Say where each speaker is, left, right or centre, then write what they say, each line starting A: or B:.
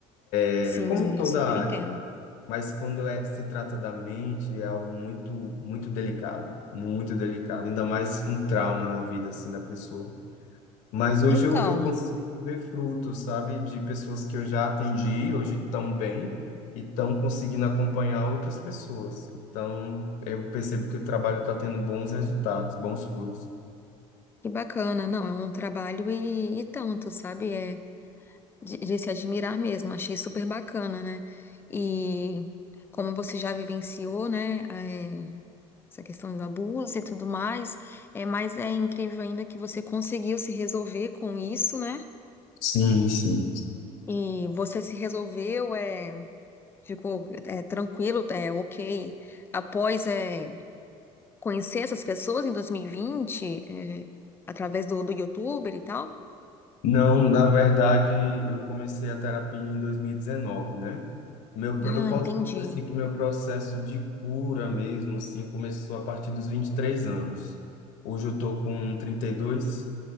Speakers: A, on the left; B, on the left.
A: É
B: Sim,
A: como em toda
B: eu super
A: área,
B: entendo.
A: mas quando é- se trata da mente, é algo muito, muito delicado, muito delicado, ainda mais um trauma na vida, assim, da pessoa. Mas hoje
B: Então,
A: eu, eu consigo ver frutos, sabe, de pessoas que eu já atendi, hoje estão bem e estão conseguindo acompanhar outras pessoas. Então, eu percebo que o trabalho está tendo bons resultados, bons frutos.
B: que bacana. Não, é um trabalho e, e tanto, sabe? É de, de se admirar mesmo. Achei super bacana, né? E como você já vivenciou, né? é, essa questão do abuso e tudo mais, é, mas é incrível ainda que você conseguiu se resolver com isso, né?
A: Sim, sim.
B: E você se resolveu, é. ficou é, tranquilo, é, ok. Após é, conhecer essas pessoas em 2020, é, através do, do YouTuber e tal.
A: Não, na verdade, eu comecei a terapia em 2019, né? Meu, pro-
B: Ah,
A: eu posso
B: entendi,
A: dizer assim que meu processo de cura mesmo, assim, começou a partir dos 23 anos. Hoje eu tô com 32 e dois,